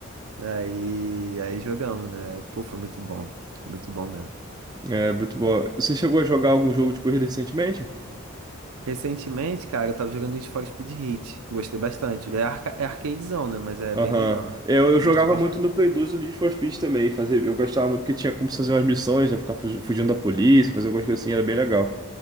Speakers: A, on the right (about 90°); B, on the right (about 20°).
A: Aí, aí jogamos, né? Pô, foi muito bom. Muito bom mesmo.
B: É, muito bom. Você chegou a jogar algum jogo de corrida recentemente?
A: Recentemente, cara, eu tava jogando Need for Speed Heat. Gostei bastante. É, arca é arcadezão, né? Mas é
B: Aham.
A: bem legal.
B: É, Eu,
A: Me
B: eu
A: diverti
B: jogava
A: bastante.
B: muito no Play 2 o Need for Speed também. Fazer, eu gostava muito porque tinha como fazer umas missões, né? Ficar fugi- fugindo da polícia, fazer algumas coisas assim, era bem legal.